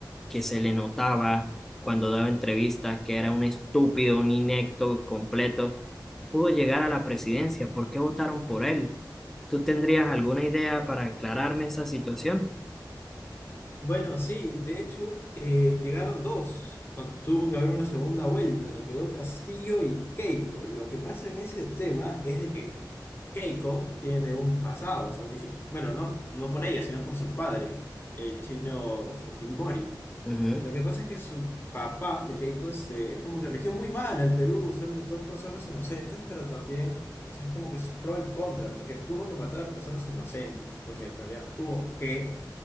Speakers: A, in the centre; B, on the left.
A: que se le notaba cuando daba entrevistas que era un estúpido, un inepto completo, pudo llegar a la presidencia? ¿Por qué votaron por él? ¿Tú tendrías alguna idea para aclararme esa situación?
B: Bueno, sí, de hecho, eh, llegaron dos. Pa- Tuvo que haber una segunda vuelta. Quedó Castillo y Keiko. Lo que pasa en ese tema es de que Keiko tiene un pasado. O sea, ni si- bueno, no, no por ella, sino por su padre, el chino Fujimori.
A: Ujú.
B: Lo que pasa es que su papá de Keiko este, es como que rigió muy mal al Perú. Son, son personas inocentes, pero también, o sea, es como que es pro y contra, porque tuvo que matar a personas inocentes, porque en realidad tuvo que